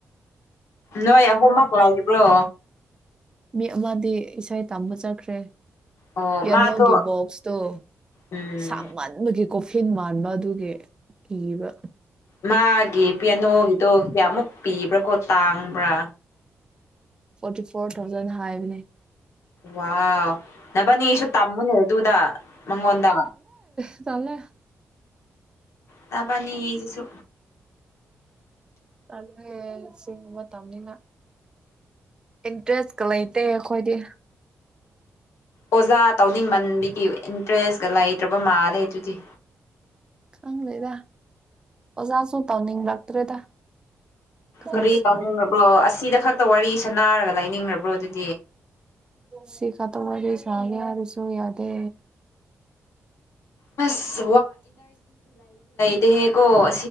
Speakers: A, on the left; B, on the right.
A: ꯅꯣꯏ ꯑꯍꯨꯝꯃꯛ ꯂꯥꯛꯕ꯭ꯔꯣ
B: ꯃꯤ ꯑꯃꯗꯤ ꯏꯁꯩ ꯇꯝꯕ ꯆꯠꯈ꯭ꯔꯦ
A: ꯑꯣ
B: ꯌꯦꯅꯣꯒꯤ
A: ꯃꯥꯗꯣ
B: ꯕꯣꯛꯁꯇꯣ
A: ꯎꯝ
B: ꯁꯥꯡꯃꯟꯕꯒꯤ ꯀꯣꯐꯤꯟ ꯃꯥꯟꯕ ꯑꯗꯨꯒꯤ ꯀꯤꯕ
A: ꯃꯥꯒꯤ ꯄꯦꯅꯣꯒꯤꯗꯣ ꯀꯌꯥꯃꯨꯛ ꯄꯤꯕ꯭ꯔꯥꯀꯣ ꯇꯥꯡꯕ꯭ꯔꯥ
B: ꯐꯣꯔꯇꯤ ꯐꯣꯔ ꯊꯥꯎꯖꯟ ꯍꯥꯏꯕꯅꯦ
A: ꯋꯥ ꯅꯚꯅꯤꯁꯨ ꯇꯝꯃꯨꯅꯦ ꯑꯗꯨꯗ ꯃꯪꯉꯣꯟꯗ
B: ꯆꯂ
A: ꯇꯕꯅꯤꯁꯨ
B: ꯑ ꯁꯤꯃ ꯇꯝꯅ ꯗ꯭ꯔꯦꯁꯀ ꯂꯩꯇꯦ ꯑꯩꯈꯣꯏꯗꯤ
A: ꯑꯣꯖꯥ ꯇꯧꯅꯤꯡꯃꯟꯕꯒꯤ ꯏꯟꯇꯔꯦꯁꯀ ꯂꯩꯇ꯭ꯔꯕ ꯃꯥꯜꯂꯦ ꯑꯗꯨꯗꯤ
B: ꯈꯪꯦꯗ ꯑꯣꯖꯥꯁꯨ ꯇꯧꯅꯤꯡꯂꯛꯇ꯭ꯔꯦꯗ ꯀꯔꯤꯁꯨ
A: ꯀꯔꯤ ꯌꯥꯥꯎꯅꯤꯡꯕ꯭ꯔꯣ ꯑꯁꯤꯗ ꯈꯛꯇ ꯋꯥꯔꯤꯁ ꯅꯥꯔꯒ ꯂꯥꯏꯅꯤꯡꯕ꯭ꯔꯣ ꯑꯗꯨꯗꯤ
B: ꯁꯤꯀꯥ ꯇ ꯑꯣꯏꯔ ꯆꯒꯦꯔꯁꯨ ꯌꯥꯗꯦ
A: ꯑꯁ ꯇꯦꯀꯣ